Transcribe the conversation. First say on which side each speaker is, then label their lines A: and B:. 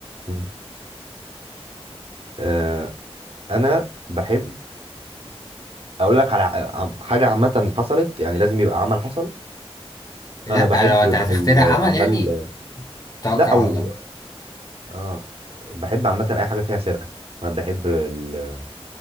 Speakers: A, on the right; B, on the left.
A: مم. آه انا بحب اقول لك على عم- حاجه عامه حصلت يعني لازم يبقى عمل حصل
B: لا
A: انا بحب
B: لو هت-
A: م-
B: هتخترع
A: الاعمال
B: عمل يعني توكل
A: لا
B: على
A: او
B: الله
A: اه بحب عامة أي حاجة فيها سرقة أنا بحب ال-